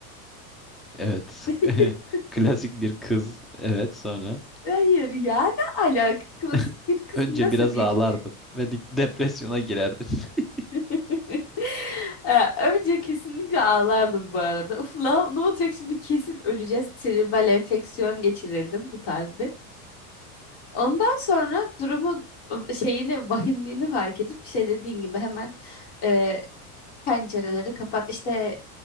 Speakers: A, in the centre; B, on the left (about 60°).
A: Evet.
B: <laughs>
A: <laughs> Klasik bir kız. Evet sonra.
B: Hayır ya ne alaka
A: <laughs>
B: klasik bir kız
A: Önce
B: nasıl
A: biraz
B: bir
A: ağlardım ve dip- depresyona girerdim. <laughs>
B: <laughs> Ee, önce kesinlikle ağlardım bu arada. Uf la, ne olacak şimdi kesin öleceğiz. Tribal enfeksiyon geçirirdim bu tarz bir. Ondan sonra durumun şeyini vahimliğini fark edip şey dediğin gibi hemen e, pencereleri kapat. İşte